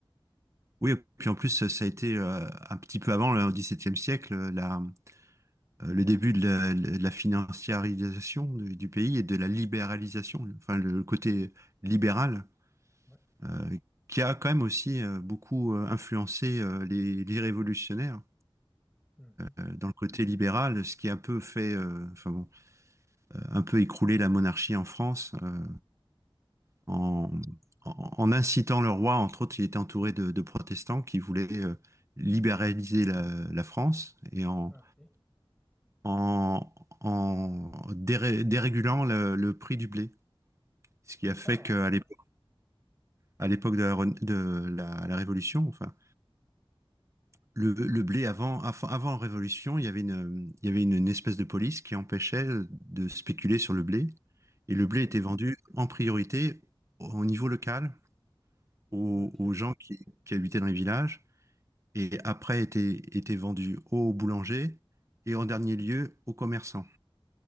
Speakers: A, on the right; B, in the centre.
A: Oui, et puis en plus, ça ça a été euh, un petit peu avant, le XVIIe siècle, euh, la, euh, le début de la, de la financiarisation du, du pays et de la libéralisation, enfin le côté libéral,
B: Ouais.
A: euh, qui a quand même aussi euh, beaucoup euh, influencé euh, les, les révolutionnaires
B: Mhm.
A: euh, dans le côté libéral, ce qui a un peu fait, euh, enfin bon, un peu écrouler la monarchie en France. euh, en, en- en incitant le roi, entre autres, il était entouré de, de protestants qui voulaient euh, libéraliser la, la France et en,
B: OK.
A: en, en déré- dérégulant le, le prix du blé. Ce qui a fait
B: Oh,
A: qu'à
B: ouais.
A: l'époque, à l'époque de la, Ren- de la- la Révolution, enfin, le, le blé avant, avant, avant la Révolution, il y avait une, il y avait une, une espèce de police qui empêchait de spéculer sur le blé. Et
B: OK.
A: le blé était vendu en priorité au au niveau local, aux,
B: OK.
A: aux
B: Eh
A: gens qui, qui habitaient dans les villages. et après était, était vendu au boulanger et en dernier lieu aux commerçants.